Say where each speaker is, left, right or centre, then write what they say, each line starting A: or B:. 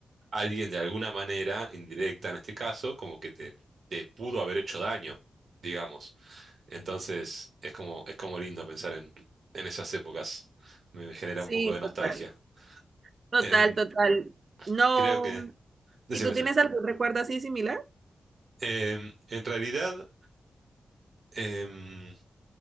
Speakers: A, on the right (about 65°); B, on the right (about 45°).
A: alguien de alguna manera, indirecta en este caso, como que te, te pudo haber hecho daño, digamos. Entonces es como, es como lindo pensar en, en esas épocas. Me, me genera
B: Sí,
A: un poco de nostalgia.
B: total, total,
A: Em,
B: total. No,
A: creo que... Decime,
B: ¿y tú
A: decime.
B: tienes algún recuerdo así similar?
A: Em, en realidad, em,